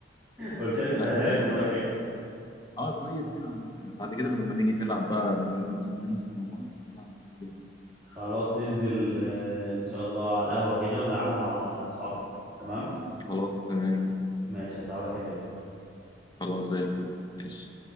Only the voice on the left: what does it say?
لا كويس
كده
اه كويس كده عامة. بعد كده لما نيجي نلعب بقى لما لما ننزل مع بعض نلعب باللعبة دي
خلاص تمام
خلاص زي الفل ماشي